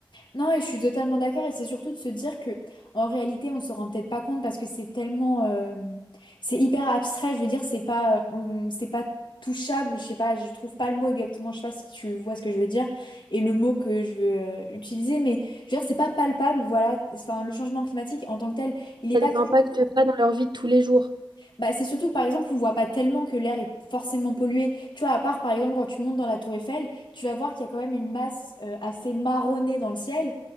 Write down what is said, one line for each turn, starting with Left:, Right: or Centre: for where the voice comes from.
Left: Non, et je suis totalement d'accord, et c'est surtout de se dire que, en réalité, on se rend peut-être pas compte parce que c'est tellement, euh, c'est hyper abstrait. Je veux dire, c'est pas, euh, on- c'est pas touchable. Je sais pas, je trouve pas le mot exactement. Je sais pas si tu vois ce que je veux dire et le mot que je veux euh, utiliser, mais je veux dire, c'est pas palpable. Voilà, enfin, le changement climatique en tant que tel, il est
Right: Ça
Left: pas
Right: les
Left: toujours
Right: impacte pas dans leur vie de tous les jours.
Left: bah, c'est surtout que par exemple, on voit pas tellement que l'air est forcément pollué. Tu vois, à part par exemple quand tu montes dans la tour Eiffel, tu vas voir qu'il y a quand même une masse euh, assez marronnée dans le ciel